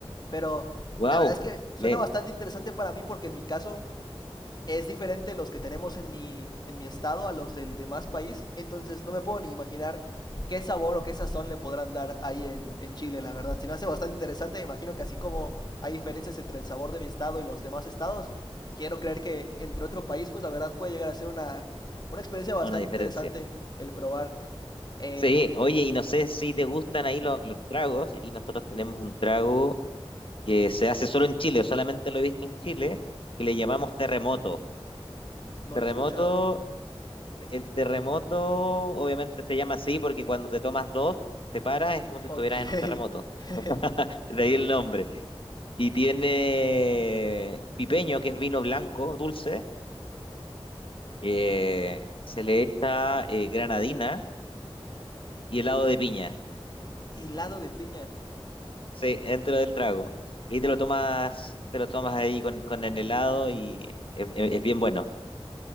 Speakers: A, on the left; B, on the left.
A: Pero
B: Wow,
A: la verdad es que suena
B: ve
A: bastante interesante para mí porque en mi caso es diferente los que tenemos en mi, en mi estado a los del demás país. Entonces no me puedo ni imaginar qué sabor o qué sazón le podrán dar ahí en, en Chile, la verdad. Se me hace bastante interesante. Me imagino que así como hay diferencias entre el sabor de mi estado y los demás estados, quiero creer que entre otro país, pues la verdad puede llegar a ser una, una experiencia bastante
B: una diferencia.
A: interesante el probar. Eh,
B: Sí,
A: un-
B: oye, y no sé si te gustan ahí lo- los tragos. Aquí nosotros tenemos un trago que se hace solo en Chile, o solamente lo he visto en Chile, que le llamamos terremoto. El
A: No
B: terremoto,
A: lo he escuchado.
B: el terremoto obviamente se llama así porque cuando te tomas dos, te paras, es como si
A: Ok.
B: estuvieras en un terremoto.
A: <laughs>
B: De ahí el nombre. Y tiene pipeño, que es vino blanco, dulce eh, se le echa eh, granadina y helado de piña,
A: Helado de piña.
B: sí, dentro del trago. Y
A: Ok.
B: te lo tomas, te lo tomas ahí con, con el helado y es, es- es bien bueno.